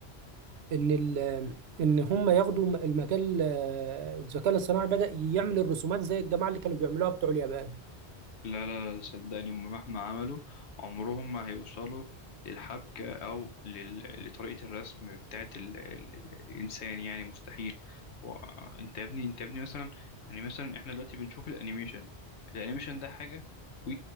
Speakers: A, on the right; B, on the left.
A: إن ال- إن هم ياخدوا م- المجال آه، الذكاء الاصطناعي بدأ يعمل الرسومات زي الجماعة اللي كانوا بيعملوها بتوع اليابان.
B: لا لا لا صدقني هما مهما عملوا عمرهم ما هيوصلوا للحبكة أو لل... لطريقة الرسم بتاعت ال... ال... الإنسان يعني مستحيل وأنت يا ابني أنت يا ابني مثلا يعني مثلا إحنا دلوقتي بنشوف الأنيميشن الأنيميشن ده حاجة و